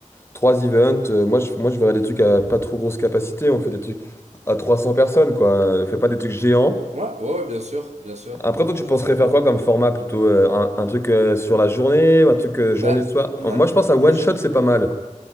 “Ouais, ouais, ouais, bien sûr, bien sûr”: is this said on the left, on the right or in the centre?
Right